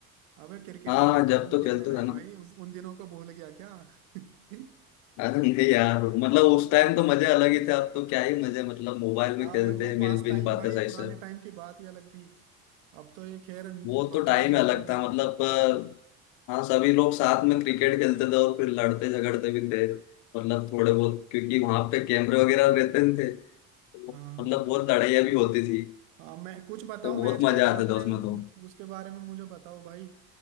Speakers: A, on the right; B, on the left.
A: अबे क्रिकेट
B: हाँ
A: वगैरह खेलने
B: जब तो
A: कितने
B: खेलते
A: गए
B: थे ना
A: भाई उस उन दिनों को भूल गया क्या <laughs>
B: अरे नहीं यार मतलब उस टाइम तो मजे अलग ही थे अब तो क्या ही मजे मतलब मोबाइल में
A: हाँ
B: खेलते
A: वही तो
B: हैं
A: पास
B: मिल भी
A: टाइम
B: नहीं पाते
A: भाई
B: सही
A: पुराने
B: से
A: टाइम की बात ही अलग थी अब तो ये खैर
B: वो
A: पबजी
B: तो टाइम
A: वगैरह
B: अलग
A: तो अभी
B: था
A: आए
B: मतलब
A: हैं
B: हाँ सभी लोग साथ में क्रिकेट खेलते थे और फिर लड़ते झगड़ते भी थे मतलब थोड़े बहुत क्योंकि वहां पे कैमरे वगैरह रहते नहीं थे तो
A: हाँ
B: मतलब बहुत लड़ाइयाँ भी होती थी
A: हाँ मैं कुछ बताओ
B: तो बहुत
A: मैच वैच
B: मजा आते
A: के अपने
B: थे उसमें तो
A: उसके बारे में मुझे बताओ भाई